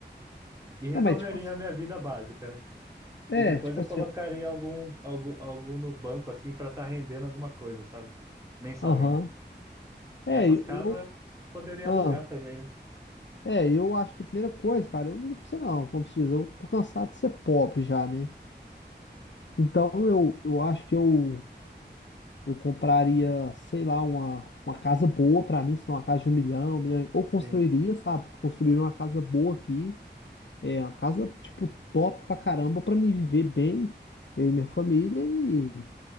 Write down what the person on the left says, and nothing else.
Não, mas tipo assim,
é,
tipo
assim,
ó.
Aham. É,
eu,
eu-
ah.
É, eu acho que a primeira coisa, cara, eu não minto pra você não, como se diz, eu tô cansado de ser pobre já, né? Então eu, eu acho que eu, eu compraria, sei lá, uma, uma casa boa pra mim, se não uma casa de um milhão, um milhão, ou construiria,
sabe? Construiria uma casa boa aqui, é, uma casa, tipo, top pra caramba pra mim viver bem, eu e minha família e,